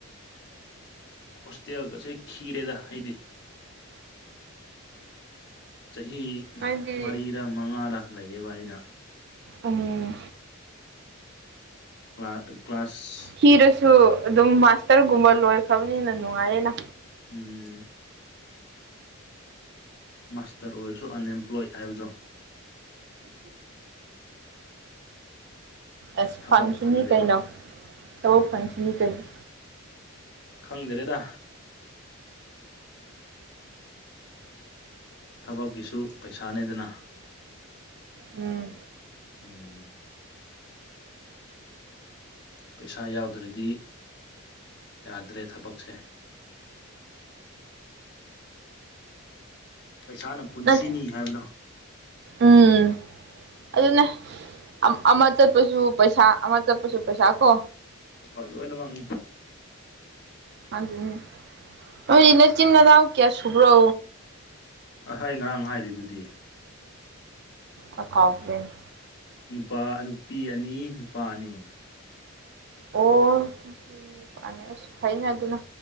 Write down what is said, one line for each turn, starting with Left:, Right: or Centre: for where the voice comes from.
Left: ꯍꯣꯁꯇꯦꯜꯒꯁꯦ ꯈꯤꯔꯦꯗ ꯍꯥꯏꯗꯤ ꯆꯍꯤ
Right: ꯍꯥꯏꯗꯤ
Left: ꯃꯔꯤꯔ ꯃꯉꯥꯔꯥ ꯂꯩꯌꯦꯕ ꯑꯩꯅ
Right: ꯑꯪ
Left: ꯀ꯭ꯂꯥ ꯀ꯭ꯂꯥꯁ
Right: ꯈꯤꯔꯁꯨ ꯑꯗꯨꯝ ꯃꯥꯁꯇꯔꯒꯨꯝꯕ ꯂꯣꯏꯈ꯭ꯔꯕꯅꯤꯅ ꯅꯨꯡꯉꯥꯏꯔꯦꯅ
Left: ꯎꯝ ꯃꯥꯁꯇꯔ ꯑꯣꯏꯔꯁꯨ ꯑꯟꯑꯦꯝꯄ꯭ꯂꯣꯏ ꯍꯥꯏꯕꯗꯣ
Right: ꯑꯁ
Left: ꯊꯕꯛ
Right: ꯐꯪꯈꯤꯅꯤ
Left: ꯐꯪꯗꯦꯕ
Right: ꯀꯩꯩꯅꯣ ꯊꯕꯛ ꯐꯪꯈꯤꯅꯤ ꯀꯩꯩ
Left: ꯈꯪꯗ꯭ꯔꯦꯗ ꯊꯕꯛꯀꯤꯁꯨ ꯄꯩꯁꯥꯅꯦꯗꯅ
Right: ꯎꯝ
Left: ꯎꯝ ꯄꯩꯁꯥ ꯌꯥꯎꯗ꯭ꯔꯗꯤ ꯌꯥꯗ꯭ꯔꯦ ꯊꯕꯛꯁꯦ ꯄꯩꯁꯥꯅ ꯄꯨꯟꯁꯤꯅꯤ
Right: ꯅꯠ
Left: ꯍꯥꯏꯕꯗꯣ
Right: ꯎꯝ ꯑꯗꯨꯅꯦ ꯑꯝ ꯑꯃ ꯆꯠꯄꯁꯨ ꯄꯩꯁꯥ ꯑꯃ ꯆꯠꯄꯁꯨ ꯄꯩꯁꯥ ꯀꯣ
Left: ꯍꯣꯏ ꯂꯣꯏꯅ ꯃꯛꯅꯤ
Right: <unintelligible> ꯅꯣꯏ ꯅꯆꯤꯟ ꯅꯅꯥꯎ ꯀꯌꯥ ꯁꯨꯕ꯭ꯔꯣ
Left: ꯑ ꯑꯩ ꯉꯔꯥꯡ ꯍꯥꯏꯔꯤꯗꯨꯗꯤ
Right: ꯑ ꯀꯥꯎꯒ꯭ꯔꯦꯟ
Left: ꯅꯨꯄꯥ ꯅꯨꯄꯤ ꯑꯅꯤ ꯅꯨꯄꯥ ꯑꯅꯤ
Right: ꯑꯣ ꯈꯪꯉꯦ ꯑꯁ ꯐꯥꯏꯅꯦ ꯑꯗꯨꯅ